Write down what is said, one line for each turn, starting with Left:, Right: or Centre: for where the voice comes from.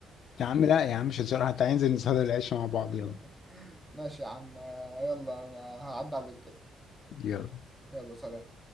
Left: يا عم لا يا عم مش هنشرح حتى هينزل نصلي العشاء مع بعض
Centre: <laughs>
Left: يلا
Centre: ماشي يا عم آه، يلا انا هعدي عليك كده
Left: يلا
Centre: يلا سلام